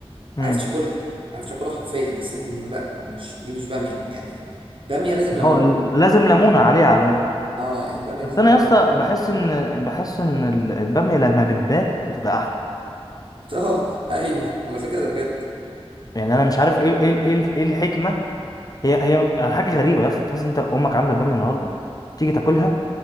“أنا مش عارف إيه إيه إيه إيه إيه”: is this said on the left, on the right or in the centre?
Left